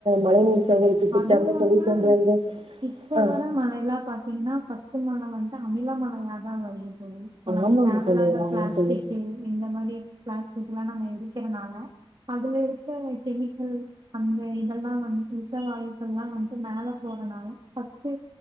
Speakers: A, on the right; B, on the right.
A: மழை நீர் சேகரிப்பு திட்டம்னு
B: அது இல்லாம
A: சொல்லி கொண்டு வந்து
B: இப்ப
A: ஆ
B: வர மழை எல்லா பாத்தீங்கன்னா பஃஸ்ட்டு மழ வந்தா அமில மழையா தா வருது ம் இப்போ நம்ம
A: ஆமாங்க
B: தேவல்லாத
A: தோழி ஆமாங்க
B: பிளாஸ்டிக்கு
A: தோழி
B: இந்த மாரி பிளாஸ் இதெல்லா நம்ம எரிக்கறனால அதுல இருக்க கெமிக்கல் அந்த இத் இதெல்லா வந்து விசவாயுக்கல்லா வந்து மேல போறனால ஃபர்ஸ்ட்டு